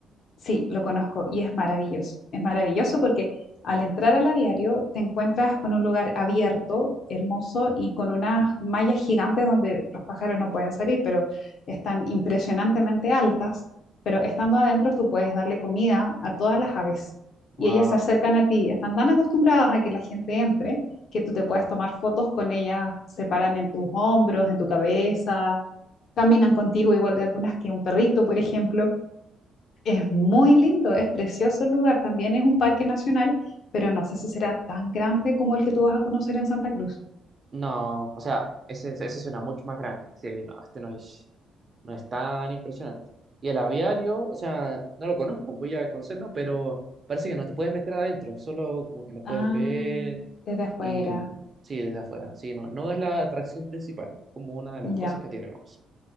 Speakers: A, on the left; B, on the right.
A: Sí, lo conozco y es maravilloso. Es maravilloso porque al entrar al aviario te encuentras con un lugar abierto, hermoso y con unas mallas gigantes donde los pájaros no pueden salir, pero están impresionantemente altas. Pero estando adentro tú puedes darle comida a todas las aves
B: wow.
A: y ellas se acercan a ti. Están tan acostumbradas a que la gente entre que tú te puedes tomar fotos con ellas, se paran en tus hombros, en tu cabeza, caminan contigo igual de algunas que un perrito, por ejemplo. Es muy lindo, es precioso el lugar. También es un parque nacional, pero no sé si será tan grande como el que tú vas a conocer en Santa Cruz.
B: No, o sea, ese, ese suena mucho más grande. Sí, no, este no es, no es tan impresionante. Y el aviario, o sea, no lo conozco, voy a conocerlo, pero parece que no te puedes meter adentro, solo como que lo puedes
A: Ah,
B: ver
A: desde afuera.
B: y sí, desde afuera. Sí, no, no es la atracción principal, como una de las
A: Ya,
B: cosas que tiene más.